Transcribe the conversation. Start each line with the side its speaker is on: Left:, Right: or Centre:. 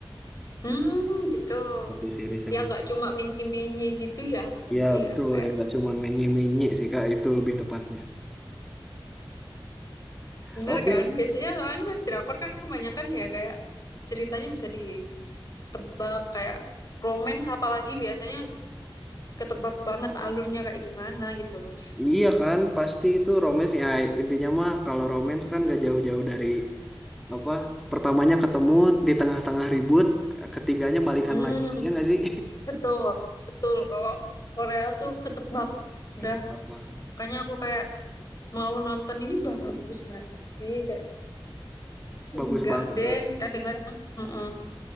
Left: Hmm gitu.
Centre: Satu series yang
Left: Ya
Centre: men-
Left: nggak cuma menye-menye gitu ya. Berarti
Centre: Iya, betul
Left: ya kayak
Centre: yang nggak cuma menye-menye sih, Kak. Itu lebih tepatnya.
Left: bener
Centre: Oke.
Left: kan. Biasanya soalnya drakor kan kebanyakan ya kayak ceritanya bisa ditebak kayak romance apalagi biasanya ketebak banget alurnya kayak gimana gitu loh.
Centre: Iya kan, pasti itu romance ya intinya mah kalau romance kan gak jauh-jauh dari apa pertamanya ketemu di tengah-tengah ribut ketiganya balikan
Left: Hmm.
Centre: lagi ya nggak sih?
Left: Betul, betul. Kalau Korea tuh ketebak.
Centre: <laughs>
Left: Udah,
Centre: Ketebak banget,
Left: makanya aku kayak mau nonton ini bagus nggak sih? Kayak
Centre: bagus
Left: enggak
Centre: banget
Left: deh,
Centre: kak,
Left: kadang-kadang. "Mm-mm.